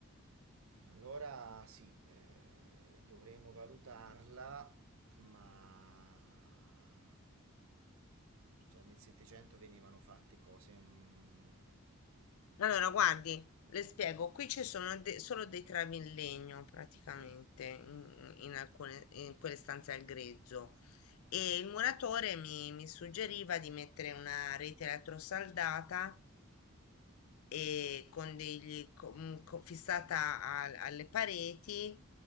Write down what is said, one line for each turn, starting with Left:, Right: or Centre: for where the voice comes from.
Right: Allora sì, eh, dovremo valutarla, ma già nel 700 venivano fatte cose... mm,
Left: Allora, guardi, le spiego, qui ci sono de- solo dei travi in legno praticamente
Right: ok.
Left: in, in alcune, in quelle stanze al grezzo e il muratore mi, mi suggeriva di mettere una rete elettrosaldata e con degli, co- mm, co- fissata al- alle pareti